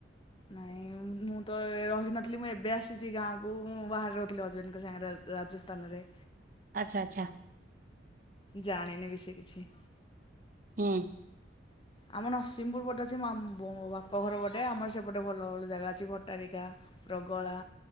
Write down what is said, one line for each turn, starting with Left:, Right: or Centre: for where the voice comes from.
Left: ନାଇଁ ମୁଁ ତ ରହିନଥିଲି ମୁଁ ଏବେ ଆସିଛି ଗାଁକୁ ମୁଁ ବାହାରେ ରହୁଥିଲି ହଜବେଣ୍ଡଙ୍କ ସାଙ୍ଗରେ ରାଜସ୍ଥାନରେ।
Right: ଆଚ୍ଛା ଆଚ୍ଛା।
Left: ଜାଣିନି ଏ ବିଷୟରେ କିଛି
Right: ହୁଁ।
Left: ଆମର ନରସିଂହପୁର ଗୋଟେ ଅଛି ମାମ ବାପ ଘର ଗୋଟେ ଆମର ସେପଟେ ଭଲ ଭଲ ଜାଗା ଅଛି ଭଟ୍ଟାରିକା ପ୍ରଗଳା,